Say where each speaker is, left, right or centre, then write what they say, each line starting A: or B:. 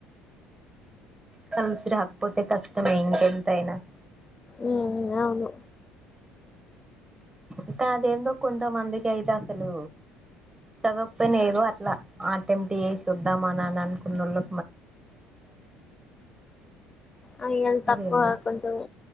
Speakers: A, on the right; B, on the left.
A: కలసి రాకపోతే కష్టమే ఇంకెంత అయినా
B: ఉ అవును
A: ఇంకా అదేందో కొంతమందికి అయితే అసలు చదకపోయినా ఏదో అట్లా ఆటెంట్ చే సొద్దామ అని అనుకున్నళ్ళు
B: ఆ ఇగ తక్కువ
A: అదేందో
B: కొంచం